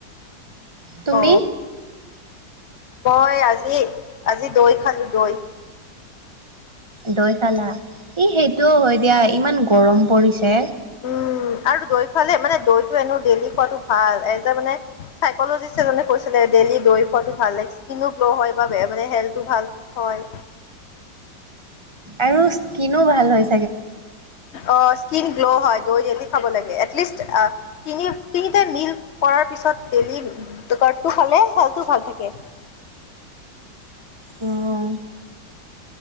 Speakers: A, on the right; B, on the left.
A: তুমি?
B: অ মই আজি আজি দৈ খালো দৈ।
A: দৈ খালা, ই সেইটোও হয় দিয়া ইমান গৰম পৰিছে।
B: উম আৰু দৈ খালে, মানে দৈটো এনো ডেইলি খোৱাটো ভাল এজ এ মানে চাইকজিষ্ট এজনে কৈছিলে ডেইলি দৈ খোৱাটো ভালে স্কিনো গ্ল' হয় বা মানে হেল্থো ভাল হয়।
A: আৰু স্কিনো ভাল হয়।
B: অ', স্কিন গ্ল হয়, দৈ ডেইলী খাব লাগে, এটলিষ্ট তিনি তিনিটাই মিল কৰাৰ পিছত দেইলি <unintelligible> টো খালে খেলটো ভাল থাকে।
A: উম,